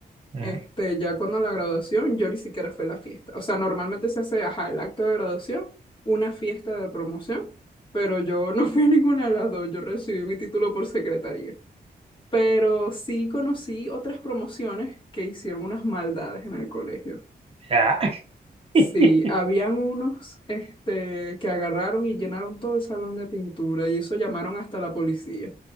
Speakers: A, on the right; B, on the left.
A: Mm,
B: Este, ya cuando la graduación, yo ni siquiera fui a la fiesta. O sea, normalmente se hace, ajá, el acto de graduación, una fiesta de promoción, pero yo <laughs> no fui a ninguna de las dos. Yo recibí mi título por secretaría. Pero sí conocí otras promociones que hicieron unas maldades en el colegio.
A: ah.
B: Sí,
A: <laughs>
B: habían unos, este, que agarraron y llenaron todo el salón de pintura y eso llamaron hasta la policía.